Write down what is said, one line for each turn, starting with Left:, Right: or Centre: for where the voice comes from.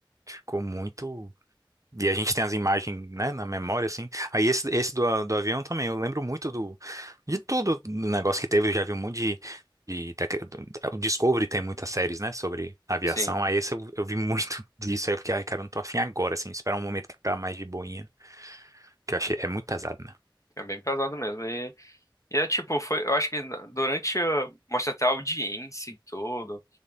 Right: ficou muito. E a gente tem as imagens, né, na memória, assim. Aí esse, esse do, a- do avião também, eu lembro muito do, de tudo do negócio que teve, eu já vi um monte de, de, daque- do- da- o Discovery tem muitas séries, né, sobre aviação.
Left: Sim,
Right: Aí esse eu, eu vi muito <laughs> disso, aí eu fiquei, ai, cara, eu não tô afim agora, assim, esperar um momento que tá mais de boinha, que eu achei, é muito pesado, né?
Left: é, é bem pesado mesmo. E, e é tipo, foi, eu acho que na- durante, a- mostra até a audiência e tudo.